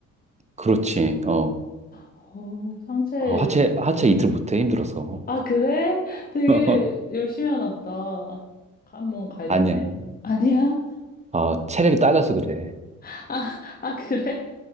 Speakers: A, on the right; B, on the left.
A: 그렇지, 어.
B: 어, 상체.
A: 어, 하체, 하체 이틀 못해, 힘들어서.
B: 아, 그래? 되게
A: <laughs>
B: 열심히 하나 보다. 한번 갈
A: 아니야.
B: 때. 아니야?
A: 어, 체력이 딸려서 그래.
B: 아, 아, 그래?